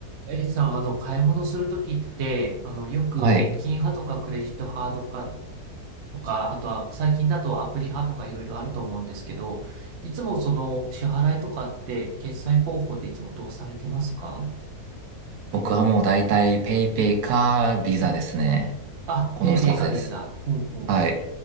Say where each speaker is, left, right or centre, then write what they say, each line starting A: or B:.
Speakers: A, on the right; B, on the right.
A: エイさん、あの、買い物するときって、あの、よく現金派とかクレジット派とか、
B: はい。
A: とか、あとは最近だとアプリ派とかいろいろあると思うんですけど、いつもその支払いとかって決済方法っていつもどうされてますか
B: 僕はもう大体ペイペイかビザですね。
A: ええ。あ、
B: この二つです。
A: ペイペイかビザ。ほうほう。
B: はい。